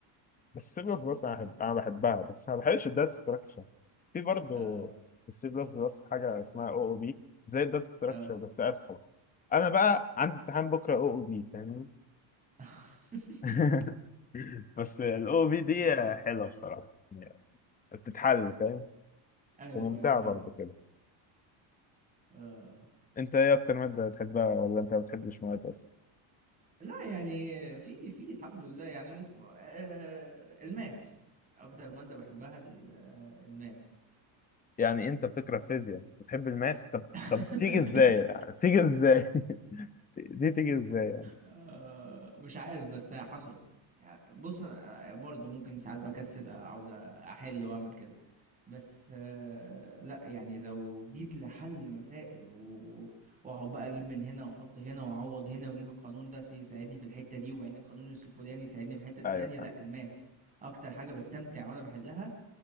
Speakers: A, on the left (about 20°); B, on the right (about 15°).
A: بس السي بلس بلس
B: أنت
A: انا
B: فاهم؟
A: بحب- أنا بحبها بس انا ما بحبش الداتا ستراكشر في برضه
B: آه
A: السي بلس بلس حاجه اسمها او او بي زي الداتا ستراكشر
B: آه
A: بس اسهل انا بقى عندي امتحان بكره او او بي فاهمني
B: <laughs>
A: <laughs> بس الاو بي دي
B: آه
A: حلوه بصراحه يعني بتتحل فاهم
B: أيوه
A: وممتعه
B: أيوه فاهم
A: برضه كده
B: آه
A: انت ايه اكتر ماده بتحبها ولا انت ما بتحبش مواد اصلا
B: لا يعني في في الحمد لله يعني م... آه الماس أكتر مادة بحبها ال- آه، الماس
A: يعني انت بتكره فيزياء بتحب الماس طب
B: <laughs>
A: طب تيجي ازاي <laughs> يعني تيجي ازاي <laughs> دي تيجي ازاي يعني
B: آه، مش عارف بس هي حصلت يعني بص انا برضه ممكن ساعات بكسل اقعد احل واعمل كده بس آه، لا يعني لو جيت لحل مسائل و... واقعد بقى اجيب من هنا واحط هنا واعوض هنا واجيب القانون ده يساعدني في الحتة دي وبعدين القانون الفلاني يساعدني في الحتة التانية
A: ايوه فاهم
B: لا الماس اكتر حاجة بستمتع وانا بحلها